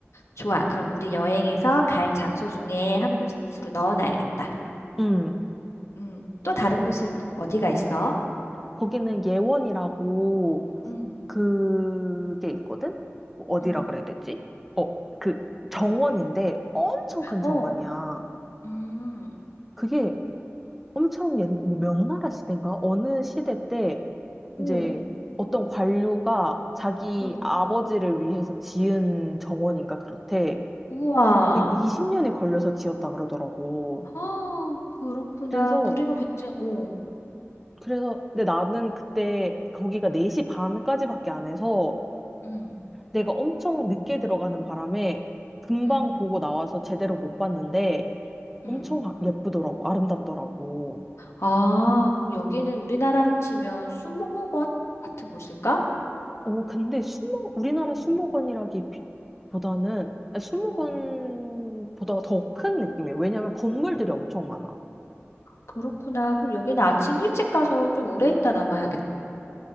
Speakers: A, on the left; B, in the centre.
A: 좋아. 그럼 우리 여행에서 갈 장소 중에 한 곳으로 넣어놔야겠다.
B: 음,
A: 음, 또 다른
B: 그리고
A: 곳은 어디가 있어?
B: 거기는 예원이라고
A: 음,
B: 그게 있거든? 뭐 어디라
A: 음,
B: 그래야 되지? 어, 그 정원인데 엄청 큰
A: 어,
B: 정원이야.
A: 음,
B: 그게 엄청 옛, 뭐 명나라 시대인가? 어느 시대 때
A: 오,
B: 이제 어떤 관료가 자기
A: 음,
B: 아버지를 위해서 지은 정원인가 그렇대.
A: 우와.
B: 그 20년이 걸려서 지었다 그러더라고.
A: 어, 그렇구나.
B: 그래서
A: 그리고 굉장히, 어.
B: 그래서 근데 나는 그때 거기가 4시 반까지밖에 안 해서
A: 음,
B: 내가 엄청 늦게 들어가는 바람에 금방
A: 음,
B: 보고 나와서 제대로 못 봤는데
A: 음.
B: 엄청 아- 예쁘더라고. 아름답더라고.
A: 아, 그럼 여기는 우리나라로 치면 수목원 같은 곳일까?
B: 오, 근데 순모 우리나라
A: 오,
B: 순모관이라기보다는 아니, 순모관보다
A: 어,
B: 더 큰 느낌이에요. 왜냐면 건물들이 엄청 많아.
A: 그렇구나. 그럼 여기는 아침 일찍 가서 좀 오래 있다 나와야겠네.